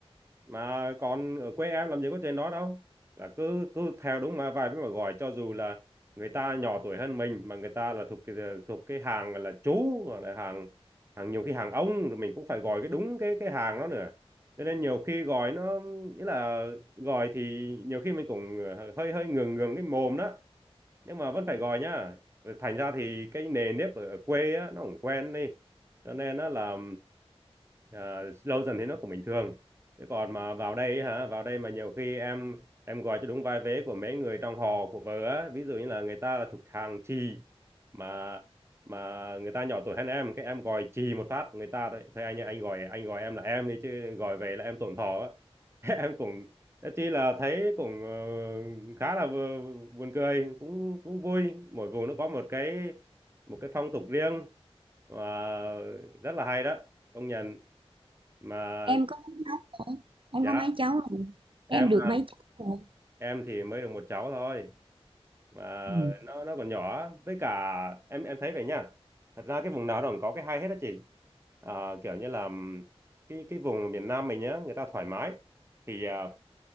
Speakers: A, on the right; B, on the right.
A: mà còn ở quê em làm gì có chuyện đó đâu là cứ cứ theo đúng mà vài với mà gọi cho dù là người ta nhỏ tuổi hơn mình mà người ta là thuộc cái thuộc cái hàng là chú hoặc là hàng hàng nhiều khi hàng ông rồi mình cũng phải gọi cái đúng cái cái hàng đó nữa cho nên nhiều khi gọi nó nghĩa là gọi thì nhiều khi mình cũng hơi hơi ngượng ngượng cái mồm đó nhưng mà vẫn phải gọi nhá Rồi thành ra thì cái nề nếp ở, ở quê á, nó cũng quen đi cho nên nó là à, lâu dần thì nó cũng bình thường thế còn mà vào đây ấy hả vào đây mà nhiều khi em em gọi cho đúng vai vế của mấy người trong họ của vợ á ví dụ như là người ta là thuộc hàng chì mà mà người ta nhỏ tuổi hơn em cái em gọi chì một phát người ta thôi thôi anh ơi, anh gọi anh gọi em là em đi chứ gọi về là em tổn thọ á <laughs> thế em cũng Thế Chi là thấy cũng ờ, khá là bu- buồn cười cũng cũng vui mỗi vùng nó có một cái một cái phong tục riêng và rất là hay đó công nhận mà
B: Em có mấy cháu rồi? Em
A: dạ
B: có mấy cháu rồi? Em
A: em
B: được mấy cháu rồi?
A: em thì mới được một cháu thôi mà
B: Ừ.
A: nó nó còn nhỏ với cả em em thấy vậy nha thật ra cái vùng nào nó cũng có cái hay hết á chị à, kiểu như là ừm, cái cái vùng ở miền Nam mình nhá người ta thoải mái thì à,